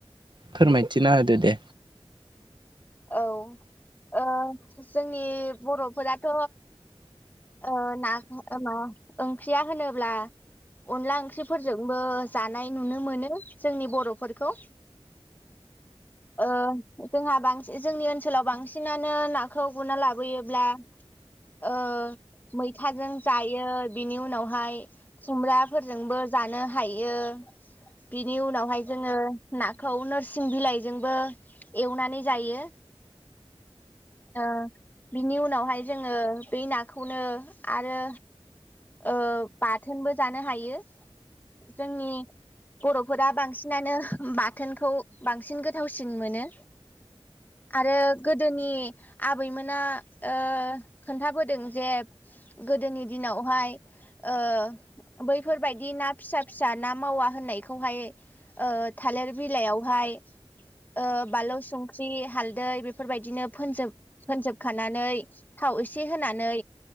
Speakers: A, on the right; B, on the left.
A: फोरमायथिना होदो दे।
B: औ ओ जोंनि बर'फोराथ' ओ ना ओ मा ओंख्रिया होनोब्ला अनला ओंख्रिफोरजोंबो जानाय नुनो मोनो जोंनि बर'फोरखौ, ओ जोंहा बांसिन जोंनि ओनसोलाव बांसिनानो नाखौ गुरना लाबोयोब्ला ओ मैथाजों जायो बिनि उनावहाय खुमब्राफोरजोंबो जानो हायो बिनि उनावहाय जोङो नाखौ नोरसिं बिलाइजोंबो एवनानै जायो। ओ बिनि उनावहाय जोङो बि नाखौनो आरो ओ बाथोनबो जानो हायो जोंनि बर'फोरा बांसिनानो बाथोनखौ बांसिन गोथावसिन मोनो आरो गोदोनि आबैमोना ओ खोन्थाबोदों जे गोदोनि दिनाव हाय ओ बैफोरबायदि ना फिसा फिसा ना मावा होननायखौहाय ओ थालिर बिलाइयावहाय ओ बालौ संख्रि हालदै बेफोरबायदिनो फोनजोब फोनजोबखानानै थाव एसे होनानै